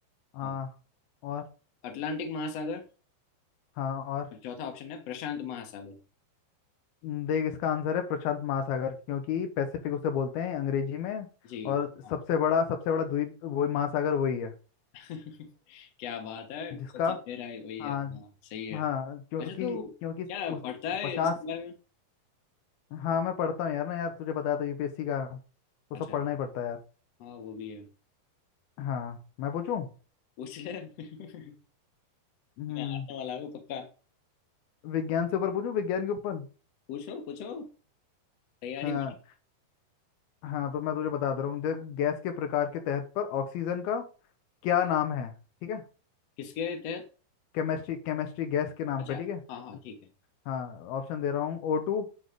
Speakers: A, on the left; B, on the left.
A: हाँ
B: हाँ
A: और
B: अटलांटिक महासागर
A: हाँ और
B: और चौथा ऑप्शन है प्रशांत महासागर
A: न, देख इसका आंसर है प्रशांत महासागर क्योंकि पैसिफिक उसे बोलते हैं अंग्रेजी में
B: जी
A: और
B: हाँ
A: सबसे बड़ा सबसे बड़ा द्वीप वही महासागर वही है
B: <laughs> क्या बात है
A: जिसका
B: सबसे गहरा है, वही
A: हाँ
B: है हाँ सही है
A: हाँ क्योंकि
B: वैसे तो
A: क्योंकि
B: क्या
A: उस
B: पढ़ता है
A: पचास
B: इसके बारे में
A: हाँ मैं पढ़ता हूँ यार ना यार तुझे बताया था यूपीएससी का तो
B: अच्छा
A: सब पढ़ना ही पड़ता है यार
B: हाँ वो भी है
A: हाँ मैं पूछूं
B: पूछ ले <laughs> मैं
A: हम्म
B: आने वाला हूँ पक्का
A: विज्ञान से ऊपर पूछूं विज्ञान के ऊपर
B: पूछो पूछो तैयारी
A: हाँ हाँ तो मैं तुझे बता दे रहा हूँ देख गैस के प्रकार के तहत पर ऑक्सीजन का क्या नाम है ठीक है
B: किसके तहत
A: केमिस्ट्री केमिस्ट्री गैस के नाम
B: अच्छा
A: पे ठीक है
B: हाँ हाँ ठीक है
A: हाँ ऑप्शन दे रहा हूँ ओ टू